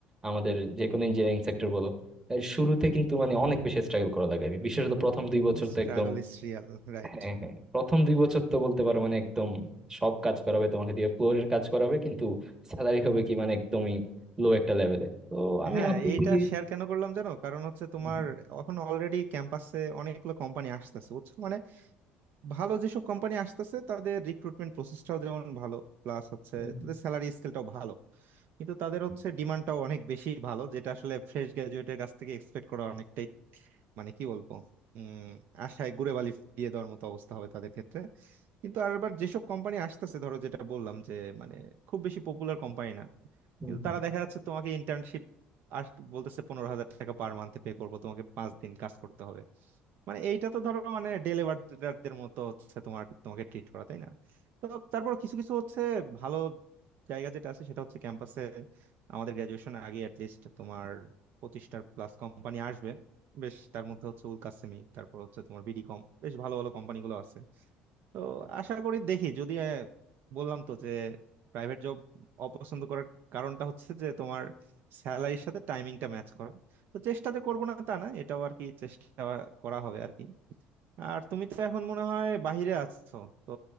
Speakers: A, on the right; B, on the right.
A: আমাদের যে কোনো ইঞ্জিনিয়ারিং সেক্টর বলো এর শুরুতে কিন্তু মানে অনেক বেশি স্ট্রাগল করা লাগে বিশেষত প্রথম দুই বছর
B: স্ট্রাগল
A: তো একদম
B: ইজ রিয়াল রাইট
A: হ্যাঁ হ্যাঁ প্রথম দুই বছর তো বলতে পারো মানে একদম সব কাজ করাবে তোমাকে দিয়ে ফ্লোরের কাজ করাবে কিন্তু স্যালারি হবে কি মানে একদমই লো একটা লেভেলে তো আমি
B: হ্যাঁ
A: ভাবতেছি
B: এইটা শেয়ার কেন করলাম জানো কারণ হচ্ছে তোমার
A: হুম,
B: এখন অলরেডি ক্যাম্পাসে অনেকগুলো কোম্পানি আসতেছে বুঝছো মানে ভালো যেসব কোম্পানি আসতেছে তাদের রিক্রুটমেন্ট প্রসেসটাও যেমন ভালো প্লাস হচ্ছে
A: হুম,
B: তাদের স্যালারি স্কেলটাও ভালো কিন্তু তাদের
A: হুম,
B: হচ্ছে ডিমান্ডটাও অনেক বেশি ভালো যেটা আসলে ফ্রেশ গ্রাজুয়েটের কাছ থেকে এক্সপেক্ট করা অনেকটাই মানে কি বলবো উম আশায় গুড়ে বালি দিয়ে দেওয়ার মতো অবস্থা হবে তাদের ক্ষেত্রে কিন্তু আর আবার যেসব কোম্পানি আসতেছে ধরো যেটা বললাম যে মানে খুব বেশি পপুলার কোম্পানি না
A: হুম,
B: কিন্তু
A: হুম।
B: তারা দেখা যাচ্ছে তোমাকে ইন্টার্নশিপ আস বলতেছে পনেরো হাজার টাকা পার মান্থে পে করবো তোমাকে পাঁচ দিন কাজ করতে হবে মানে এইটা তো ধরো মানে ডেলিভারদের মতো হচ্ছে তোমার তোমাকে ট্রিট করা তাই না তো তারপর কিছু কিছু হচ্ছে ভালো জায়গা যেটা আছে সেটা হচ্ছে ক্যাম্পাসে আমাদের গ্রাজুয়েশনের আগে অ্যাটলিস্ট তোমার পঁচিশটার প্লাস কোম্পানি আসবে বেশ তার মধ্যে হচ্ছে উল কাসেমি তারপর হচ্ছে তোমার বিডি কম বেশ ভালো ভালো কোম্পানিগুলো আছে তো আশা করি দেখি যদি আহ, বললাম তো যে প্রাইভেট জব অপছন্দ করার কারণটা হচ্ছে যে তোমার স্যালারির সাথে টাইমিংটা ম্যাচ করা তো চেষ্টা যে করবো না তা না এটাও আর কি চেষ্টা করা হবে আর কি আর তুমি তো এখন মনে হয় বাইরে আছো তো